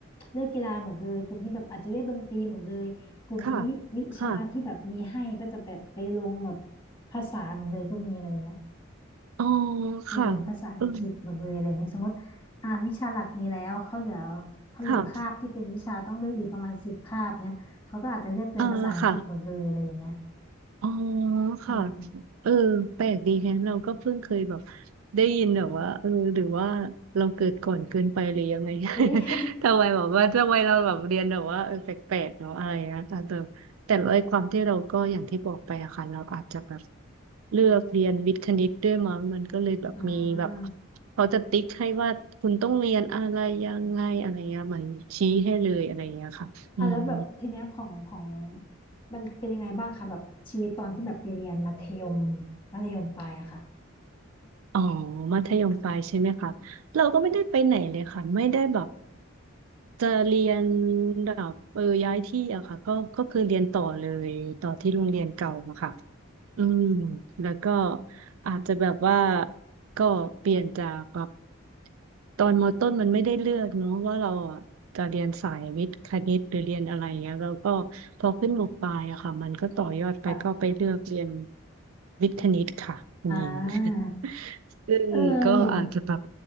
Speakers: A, on the left (about 25°); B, on the right (about 80°).
A: เลือกกีฬาหมดเลยกลุ่มนี้แบบอาจจะเรียกดนตรีหมดเลยกลุ่มนี้วิวิชาที่แบบมีให้ก็จะแบบไปลงแบบ
B: ค่ะค่ะ
A: ภาษาหมดเลยก็มีอะไรเงี้ย
B: อ๋อ
A: เออภาษาอังกฤษหมดเลยอะไรเงี้ยสมมติอ่าวิชาหลักมีแล้วเขาเหลือ
B: ค่ะเออ
A: เขาเหลือคาบที่เป็นวิชาต้องเลือกอีกประมาณสิบคาบเนี้ยเขาก็อาจจะเลือกเป็นภาษาอังกฤษหมดเลยอะไรอย่างเงี้ย
B: ค่ะอ่าค่ะ อ๋อค่ะ
A: อืม
B: เออแปลกดีแฮะเราก็เพิ่งเคยแบบได้ยินแบบว่าเออหรือว่าเราเกิดก่อนเกินไปหรือยังไง
A: เอ๊ะ <laughs>
B: <laughs> ทำไมแบบว่าทำไมเราแบบเรียนแบบว่าเออแปลกๆเนาะอะไรนะแต่เดิมแต่ไอ้ความที่เราก็อย่างที่บอกไปอะค่ะเราอาจจะแบบเลือกเรียนวิทย์คณิตด้วยมั้งมันก็เลยแบบมีแบบ
A: อ่า
B: เขาจะติ๊กให้ว่าคุณต้องเรียนอะไรยังไงอะไรเงี้ยเหมันชี้ให้เลยอะไรเงี้ยค่ะอืม
A: อ่ะแล้วแบบทีเนี้ยของของมันเป็นยังไงบ้างคะแบบชีวิตตอนที่แบบไปเรียนมัธยมมัธยมปลายอะค่ะ
B: อ๋อ มัธยมปลายใช่ไหมคะ เราก็ไม่ได้ไปไหนเลยค่ะ ไม่ได้แบบจะเรียนแบบเออย้ายที่อะค่ะก็ก็คือเรียนต่อเลยต่อที่โรงเรียนเก่าอะค่ะ อืมแล้วก็อาจจะแบบว่าก็เปลี่ยนจากแบบตอนมต้นมันไม่ได้เลือกเนาะว่าเราอ่ะจะเรียนสายวิทย์คณิตหรือเรียนอะไรเงี้ยแล้วก็พอขึ้นมปลายอะค่ะมันก็ต่อยอดไปก็ไปเลือกเรียน
A: ค่ะ
B: วิทย์คณิตค่ะคุณหญิง
A: อ่า
B: <laughs> ซึ่งก็อาจจะแบบ
A: เออหญิง